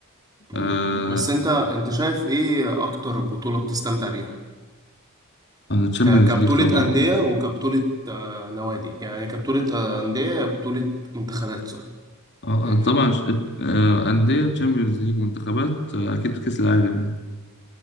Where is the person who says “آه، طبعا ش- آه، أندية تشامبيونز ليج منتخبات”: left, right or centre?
Left